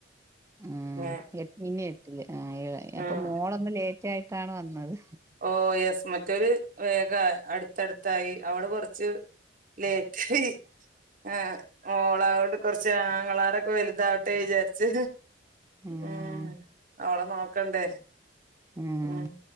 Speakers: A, on the right (about 15°); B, on the right (about 45°).
A: ആഹ്
B: അങ്ങനെ
A: ഇനി എട്ടില് ആഏ അപ്പൊ
B: ആഹ്
A: മോളൊന്ന് ലേറ്റായിട്ടാണ് വന്നത്
B: ഓ യെസ് മറ്റൊരു വേഗ അടുത്തടുത്തായി അവള് കൊറച്ച് ലേറ്റായി ആഹ് ഓളാവൊണ്ട് കൊർച്ച് ആങ്ങളാരൊക്കെ വലുതാവട്ടെ വിചാരിച്ച്
A: ആഹ്
B: ഉം അവളെനോക്കണ്ടേ
A: ഉം
B: ഉം